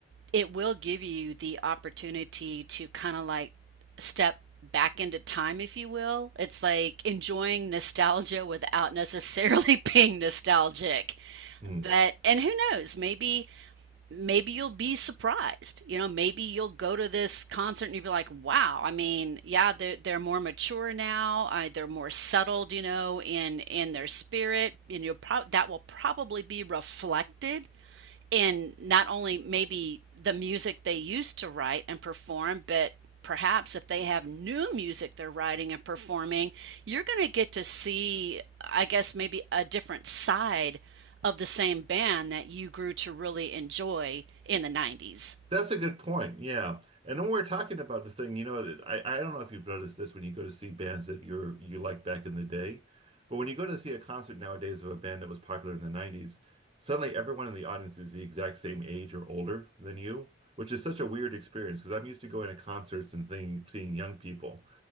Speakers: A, on the right; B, on the right.
A: it will give you the opportunity to kind of like step back into time, if you will. It's like enjoying nostalgia without necessarily <laughs> being nostalgic.
B: Hmm.
A: But, and who knows, maybe, maybe you'll be surprised. You know, maybe you'll go to this concert and you'll be like, wow, I mean, yeah, they're, they're more mature now. I, they're more settled, you know, in, in their spirit. And you'll probably, that will probably be reflected in not only maybe the music they used to write and perform, but perhaps if they have new music they're writing and performing, you're going to get to see, I guess, maybe a different side of the same band that you grew to really enjoy in the 90s.
B: That's a good point. Yeah. And when we're talking about the thing, you know, that- I, I don't know if you've noticed this when you go to see bands that you're you like back in the day, but when you go to see a concert nowadays of a band that was popular in the 90s, suddenly everyone in the audience is the exact same age or older than you, which is such a weird experience because I'm used to going to concerts and thing, seeing young people.